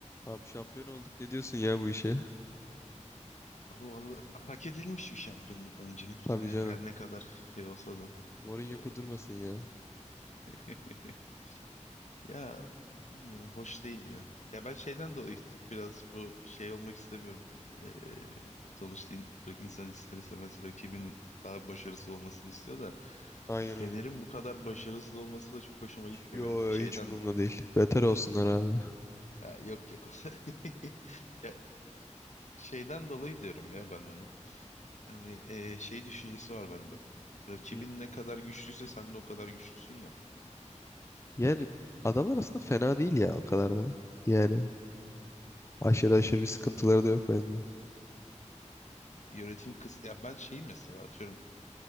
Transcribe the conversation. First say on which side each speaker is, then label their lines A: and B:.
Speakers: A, on the left (about 20°); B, on the left (about 70°).
A: Abi şampiyon olduk. Ne diyorsun ya bu işe?
B: Abi vallahi hak edilmiş bir şampiyonluk bence.
A: Tabii
B: Hani
A: canım.
B: her ne kadar şey olsa da.
A: Mourinho
B: Ee,
A: kudurmasın ya.
B: <laughs> ya bilmiyorum hoş değil ya. Ya ben şeyden dolayı işte biraz bu şey olmak istemiyorum. Ee, sonuçta in- insan ister istemez rakibinin daha başarısız olmasını istiyor da
A: Aynen
B: Fener'in
A: öyle.
B: bu kadar başarısız olması da çok hoşuma gitmiyor
A: Yo
B: benim. Şeyden
A: hiç umurumda
B: do-
A: değil. Beter olsunlar abi.
B: ya yok yok. <laughs> Ya şeyden dolayı diyorum ya ben bunu. hani eee, şey düşüncesi var bende. Rakibin
A: Hı.
B: ne kadar güçlüyse sen de o kadar güçlüsün ya.
A: Yani adamlar aslında fena değil ya o kadar da. Yani aşırı aşırı bir sıkıntıları da yok bence.
B: Yönetim kıs ya ben şeyi mesela atıyorum